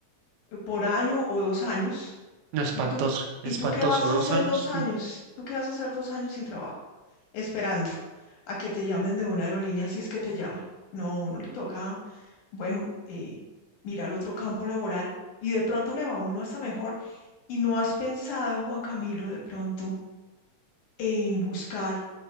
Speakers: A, on the left; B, on the right.
A: por año o dos años.
B: No, espantoso,
A: ¿Y tú, y
B: espantoso,
A: tú qué vas
B: dos
A: a hacer
B: años.
A: dos años? ¿Tú qué vas a hacer dos años sin trabajo? Esperando a que te llamen de una aerolínea si es que te llaman. No, uno le toca, bueno, eh, mirar otro campo laboral y de pronto le va a uno hasta mejor. ¿Y no has pensado, Juan Camilo, de pronto en buscar